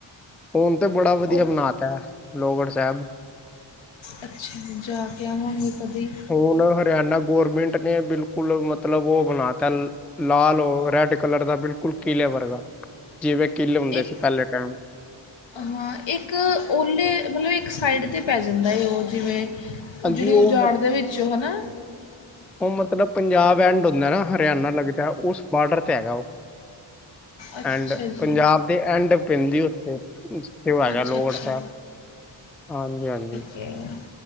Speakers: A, in the centre; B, on the left.
A: ਹੁਨ ਤੇ ਬੜਾ ਵਦੀਆ
B: ਉਹ
A: ਬਨਾ ਤਾ ਲੋਗੜ ਸੈਬ।
B: ਅੱਛਾ, ਜਾ ਕੇ ਆਵਾਂਗੇ ਕਦੀ।
A: ਹੁਨ ਹਰਿਆਣਾ ਗੌਰਮਿੰਟ ਨੇ ਬਿਲਕੁਲ ਮਤਲਬ ਓ ਬਨਾ ਤਾ ਲਾਲ ਓ ਰੈਡ ਕਲਰ ਦਾ ਬਿਲਕੁਲ ਕਿਲੇ ਵਰਗਾ ਜਿਵੇਂ ਕਿੱਲ ਹੁੰਦੇ
B: ਇੱਕ
A: ਸੀ ਪੈਲੇ ਟੈਮ।
B: ਹਾਂ ਇੱਕ ਓਲੇ ਮਤਲਬ ਇੱਕ ਸਾਈਡ ਤੇ ਪੈ ਜਾਂਦਾ ਐ ਓ ਜਿਵੇਂ
A: ਹਾਂਜੀ
B: ਉਜੜੀ
A: ਉਹ
B: ਉਜਾੜ ਦੇ ਵਿੱਚੋਂ ਹਨਾ।
A: ਓ ਮਤਲਬ ਪੰਜਾਬ ਐਂਡ ਹੁੰਦਾ ਨਾ ਹਰਿਆਣਾ ਲੱਗਦਾ ਉਸ ਬਾਡਰ ਤੇ ਹੈਗਾ ਓ।
B: ਅੱਛਾ
A: ਐਂਡ ਪੰਜਾਬ
B: ਜੀ
A: ਦੇ ਐਂਡ ਪੈਂਦੀ ਓਥੇ। ਜਿਥੇ ਓ ਹੈਗਾ
B: ਅੱਛਾ
A: ਲੋਅਗੜ
B: ਅੱਛਾ
A: ਸੈਬ, ਹਾਂਜੀ-ਹਾਂਜੀ।
B: ਦੇ ਆ